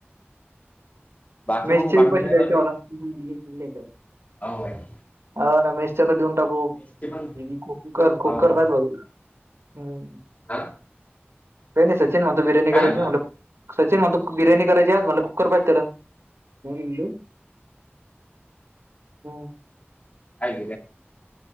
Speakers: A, on the left (about 35°); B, on the right (about 80°).
A: बाकी
B: मिस्त्रीपाशी
A: मग बाकी
B: जायचंय
A: चालू आहे?
B: मला.
A: होय काय.
B: हा ना मेसच्या तर देऊन टाकू
A: मेसचे पण
B: कुकर कुकर
A: हो
B: पात <unintelligible> ''हं''
A: हा,
B: काही नाही सचिन म्हणतो बिर्याणी
A: काय
B: करायची
A: म्हणला
B: मला सचिन म्हणतो बिर्याणी करायची मला कुकर पाहिजे त्याला. <inaudible> हो इलु ह
A: काय